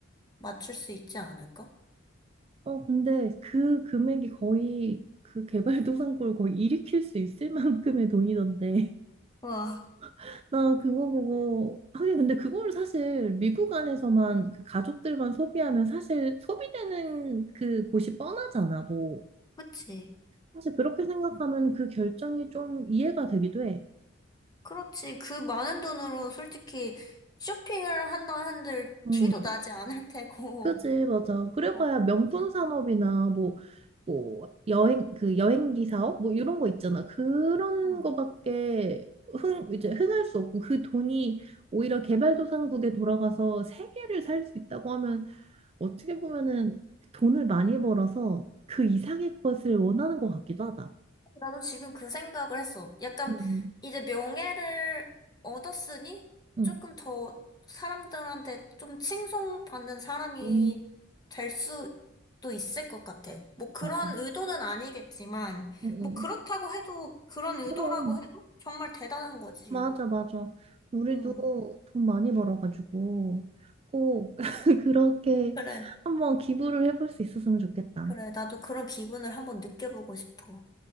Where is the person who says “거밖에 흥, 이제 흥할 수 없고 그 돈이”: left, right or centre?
Right